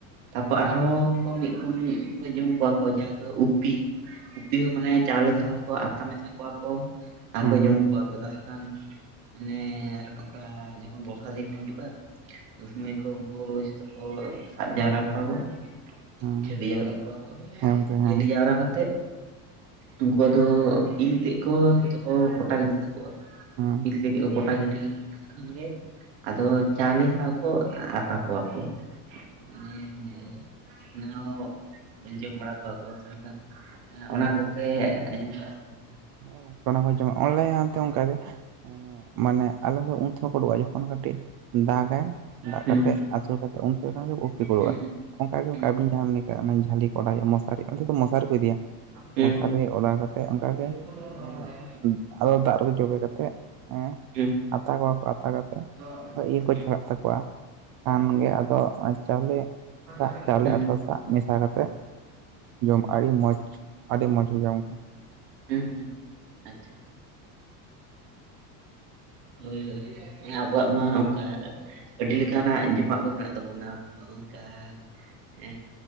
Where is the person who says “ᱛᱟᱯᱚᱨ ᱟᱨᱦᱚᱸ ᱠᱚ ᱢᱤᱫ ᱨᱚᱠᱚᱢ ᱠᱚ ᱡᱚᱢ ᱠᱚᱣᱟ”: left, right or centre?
Right